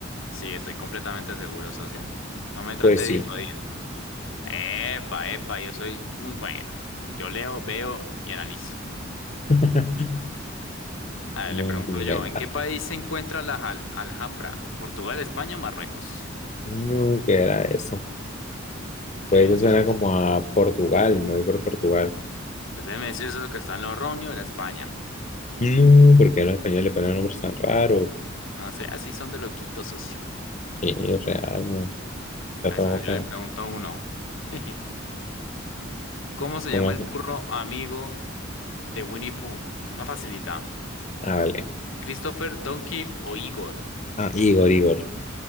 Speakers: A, on the left; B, on the left.
A: Sí, estoy completamente seguro, socio. No me trate
B: Pues
A: de
B: sí.
A: disuadir. Epa, epa, yo soy muy bueno. Yo leo, veo y analizo.
B: <laughs>
A: A
B: No,
A: ver, le pregunto
B: que inventa.
A: yo, ¿en qué país se encuentra la Al- Alhambra? ¿Portugal, España o Marruecos?
B: No, ¿qué era eso?
A: Para
B: Pues
A: que veas,
B: eso suena
A: socio.
B: como a Portugal, me voy por Portugal.
A: Pues déjeme decir eso es lo que está en Logroño, era España.
B: No, porque a los españoles le ponen nombres tan raros.
A: No sé, así son de loquitos, socio.
B: Sí, real, man. está
A: A
B: todo
A: eso sí, yo
B: feo.
A: le pregunto a uno. <laughs> ¿Cómo se
B: ¿Cómo
A: llama
B: así?
A: el burro amigo de Winnie Pooh? Una facilita.
B: Ah, vale.
A: ¿Christopher, Donkey o Igor?
B: Ah, Igor, Igor.